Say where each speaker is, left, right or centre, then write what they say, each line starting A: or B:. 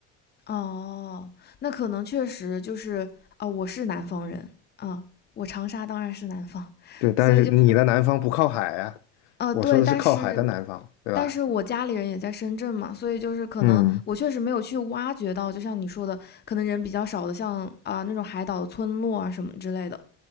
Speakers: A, on the left; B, on the left.
A: 哦，那可能确实就是啊、我是南方人啊、我长沙当然是南方，
B: 对，但是你的南方不靠海啊，
A: 所以就是呃，
B: 我说的是靠海的南方，
A: 对，但是
B: 对吧？
A: 但是我家里人也在深圳嘛，所以就是可能我确实没有去挖掘到，
B: 嗯
A: 就像你说的，可能人比较少的像，啊那种海岛村落啊什么之类的，